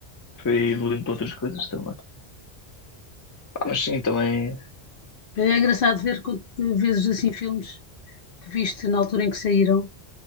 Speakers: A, on the left; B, on the left.
A: foi evoluindo para outras coisas também. Pá, mas sim, também.
B: Mas é engraçado ver quanto que vezes assim filmes que viste na altura em que saíram,